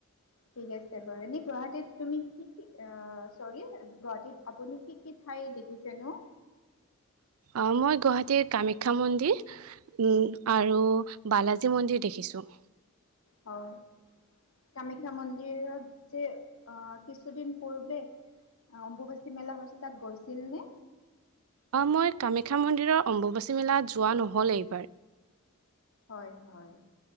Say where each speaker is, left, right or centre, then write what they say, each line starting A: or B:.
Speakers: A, on the left (about 75°); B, on the right (about 80°).
A: ঠিক আছে বাৰু এনে গুৱাহাটীত তুমি কি কি চৰি গুৱাহাটীত আপুনি কি কি ঠাই দেখিছে ন
B: অ মই গুৱাহাটীৰ কামাখ্যা মন্দিৰ উম আৰু বালাজী মন্দিৰ দেখি দেখিছোঁ
A: হয় কামাখ্যা মন্দিৰত যে অহ কিছুদিন পূৰ্বে অম্বুবাচী মেলা হৈছিল তাত গৈছিল নে
B: মই কামাখ্যা মন্দিৰৰ অম্বুবাচী মেলাত যোৱা নহ'ল এইবাৰ
A: হয় হয়